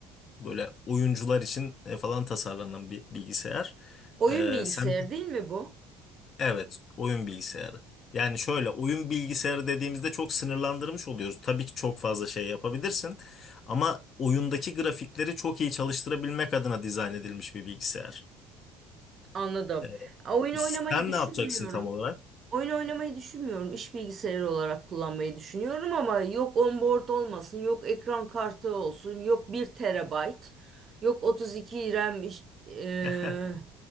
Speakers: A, on the left; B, on the right.
A: böyle oyuncular için e, falan tasarlanan bir bilgisayar.
B: Oyun
A: E,
B: bilgisayarı
A: sen
B: değil mi bu?
A: Evet, oyun bilgisayarı. Yani şöyle oyun bilgisayarı dediğimizde çok sınırlandırmış oluyoruz. Tabii ki çok fazla şey yapabilirsin ama oyundaki grafikleri çok iyi çalıştırabilmek adına dizayn edilmiş bir bilgisayar.
B: Anladım.
A: Evet.
B: Oyun oynamayı
A: Sen
B: düşünmüyorum.
A: ne yapacaksın tam olarak?
B: Oyun oynamayı düşünmüyorum. İş bilgisayarı olarak kullanmayı düşünüyorum ama yok onboard olmasın, yok ekran kartı olsun, yok bir terabayt, yok 32 RAM iş- eee,
A: <laughs>